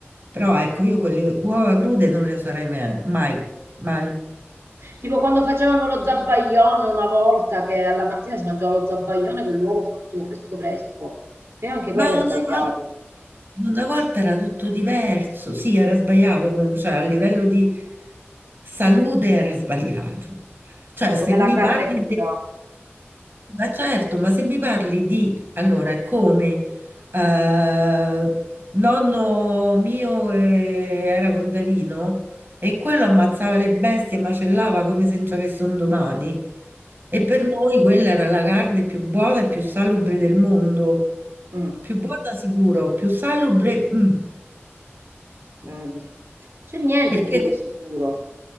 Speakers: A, on the right (about 55°); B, on the right (about 80°).
A: Però ecco, io quelle uova crude non le userei mai, mai, mai.
B: Tipo quando facevano lo zabbaglione una volta che alla mattina si mangiava lo zabbaglione con l'uovo fatto fresco fresco, che anche
A: Ma
B: quello
A: una
B: è sbagliato,
A: volta, una volta era tutto diverso. Sì, era sbagliato comunque, cioè a livello di salute era sbagliato. Cioè, se
B: come
A: mi
B: la carne
A: parli
B: cruda.
A: Ma certo, ma se mi parli di allora come eh, nonno mio eh, era contadino e quello ammazzava le bestie, macellava come se non ci avesse un domani. E per noi quella era la carne più buona e più salubre del mondo.
B: Mm,
A: Più buona sicuro, più salubre, mm,
B: vedi. C'è niente
A: perché
B: più di sicuro.